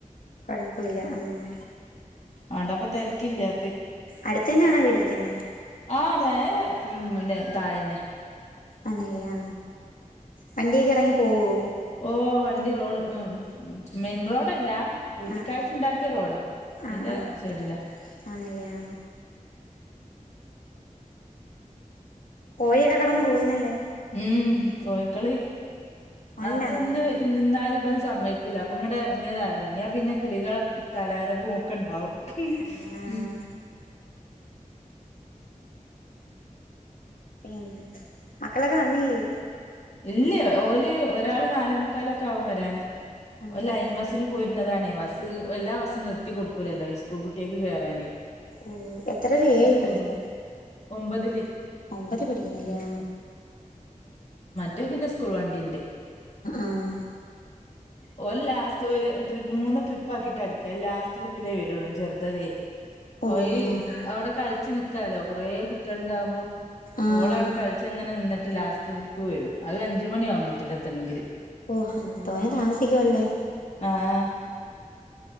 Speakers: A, on the left; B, on the left.
A: കുഴപ്പ ഇല്ല ആഹ്
B: ആണ്ടാ ഇപ്പൊ തിരക്കില്ലാത്തെ
A: അടുത്ത് തന്നെയാണോ വീട് വയ്ക്കുന്നെ
B: ആ നേരെ മിന്നെ തായെന്നെ
A: ഒന്നൂല്ല ഞാ വണ്ടിയൊക്കെ ഇറങ്ങി പോവോ?
B: ഓ വണ്ടി റോഡ് മെയിൻ റോഡല്ല വീട്ടിക്കായിട്ട്
A: ആഹ്
B: ഇണ്ടാക്കിയ റോഡാ അതിന്റെ
A: ആഹ് ആഹ്
B: സൈഡിലാ
A: ആന്നല്ലേ ആഹ് കോയിയൊക്കെ കിടന്ന് കൂവുന്നല്ലൊ
B: ഉം കോഴിക്കള്
A: ഒണ്ടാ
B: ആത്ത്
A: നിനക്ക്
B: ന്ന് നിന്നാലും ഇവൻ സമ്മയ്ക്കൂല്ല അപ്പൊ ഇങ്ങട് ഇറങ്ങിയതാ ഇറങ്ങിയാ പിന്നെ കിളികളെ കലാരപ്പും ഒക്കെ ഉണ്ടാവും ഹി
A: ആഹ്
B: ഹി
A: പിന്ന മക്കളോക്കെ വന്നില്ലേ?
B: ഇല്ല ഓല് ഒരാൾ നാലെ മുക്കാലൊക്കെ ആകും വരാന്
A: വന്നില്ലേ
B: ഓൻ ലൈൻ ബസ്സിന്
A: ആഹ്
B: പോരുന്നതാണ് ഈ ബസ് എല്ലാ ബസ്സൊന്നും നിർത്തി കൊടുക്കൂലല്ലോ ഈ സ്കൂൾ കുട്ടിയേക്ക് കേറാനേ
A: ഉ എത്രലാ ഏഴിൽ
B: സ്കൂൾ
A: പഠിക്കണ
B: ഒമ്പതില്
A: ഒമ്പത് പഠിക്കുന്നല്യാ
B: റ്റകിന്ന സ്കൂൾ വണ്ടിണ്ട്
A: ആഹ്
B: ഓ ലാസ്റ്റ് ഒരു ട്രിപ്പ് മൂന്ന് ട്രിപ്പ് ആക്കിട്ട് ഇടുക്ക ലാസ്റ്റ് ട്രിപ്പിലേ വരുള്ളൂ ചെറുതതേ
A: ഓഹ്
B: ഓയി
A: അങ്ങനെയാ
B: അവിടെ കളിച്ചു നി കളിക്കാലോ കൊറേ കുട്ടിയൾ ഉണ്ടാവുമ്പോ
A: ആഹ്
B: ഓളാടെ കളിച്ച് എങ്ങനെ നിന്നിട്ട് ലാസ്റ്റ് ഇപ്പ വരും അതഞ്ച് മണിയാവും വീട്ടിലെത്തണെങ്കിൽ
A: ഓ തോന്നെ താമസിക്കുവല്ലേ
B: ആഹ്